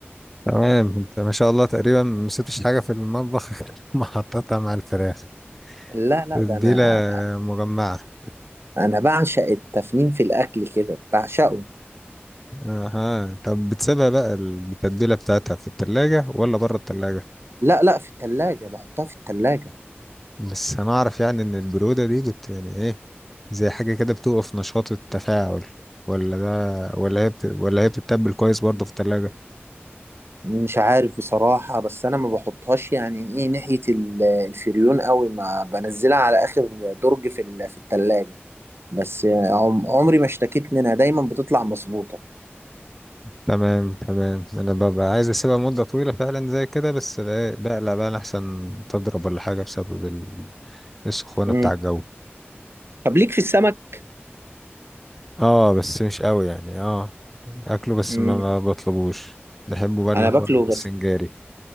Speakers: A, in the centre; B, on the right.
A: تمام أنت ما شاء الله تقريبا ما سبتش حاجة في المطبخ <laughs> غير ما حطيتها مع الفراخ
B: لا لا
A: تتبيلة
B: ده انا
A: مجمعة
B: انا بعشق التفنين في الاكل كده بعشقه
A: اها طب بتسيبها بقى التتبيلة بتاعتها في التلاجة ولا بره التلاجة؟
B: لا لا في التلاجة بحطها في التلاجة
A: بس انا اعرف يعني ان البرودة دي بت يعني ايه زي حاجة كده بتوقف نشاط التفاعل ولا ده ولا هي بت... ولا هي بتتبل كويس برضه في التلاجة
B: مش عارف بصراحة بس أنا ما بحطهاش يعني إيه ناحية ال- الفريون قوي ما بنزلها على آخر درج في ال- في التلاجة بس عم- عمري ما اشتكيت منها دايما بتطلع مظبوطة
A: تمام تمام انا ببقى عايز اسيبها مدة طويلة فعلا زي كده بس بقى- إيه، بقلق بقى احسن تضرب ولا حاجة بسبب ال- السخونة
B: مم.
A: بتاع الجو
B: طب ليك في السمك؟
A: اه بس مش قوي يعني اه اكله بس
B: مم.
A: ما ما بطلبوش بحبه بقى اللي
B: أنا
A: هو
B: باكله بس
A: السنجاري